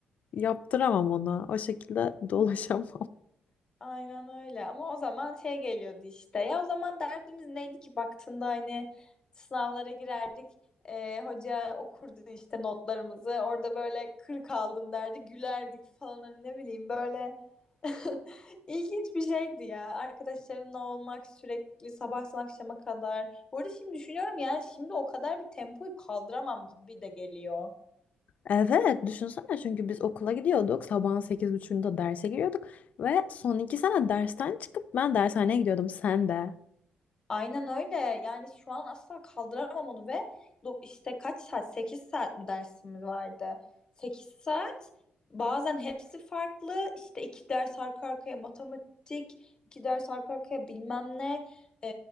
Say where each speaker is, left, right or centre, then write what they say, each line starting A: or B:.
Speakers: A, on the left (about 50°); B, on the left (about 25°).
A: yaptıramam ona. O şekilde <laughs> dolaşamam.
B: Aynen öyle ama o zaman şey geliyordu işte ya o zaman derdimiz neydi ki baktığında hani sınavlara girerdik Ee, hoca okurdu işte notlarımızı orada böyle 40 aldım derdi gülerdik falan hani ne bileyim böyle <laughs> ilginç bir şeydi ya arkadaşlarınla olmak sürekli sabahtan akşama kadar bu arada şimdi düşünüyorum yani şimdi o kadar bir tempoyu kaldıramam gibi de geliyor.
A: Evet, düşünsene çünkü biz okula gidiyorduk. Sabahın 8.30'da derse giriyorduk. Ve son iki sene dersten çıkıp ben dershaneye gidiyordum sen de.
B: Aynen öyle. Yani şu an asla kaldıramam onu ve do- işte kaç saat? 8 saat mi dersimiz vardı? 8 saat. Bazen hepsi farklı. İşte iki ders arka arkaya matematik, iki ders arka arkaya bilmem ne. Ee,